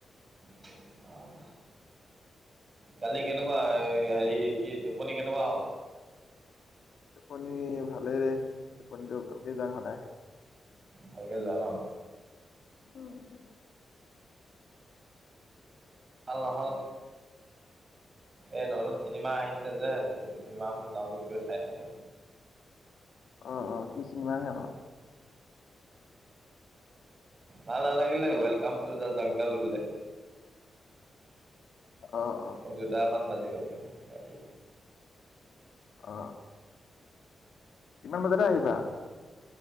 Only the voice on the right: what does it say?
<unintelligible> কালি কেনেকুৱা এ হেৰি কি টোপনি কেনেকুৱা হ'ল?
ভালকে জোৱা ন!
অ নহ'ল। এ নতুন চিনেমা আহিছে যে নতুন চিনেমা এখন ডাউনলোড কৰি চাই ক।
ভাল নালাগিলে, ওৱেলকাম টু দা জংঘল বোলে।
এ দুটামান বাজি গ'ল মানে ৰাতি।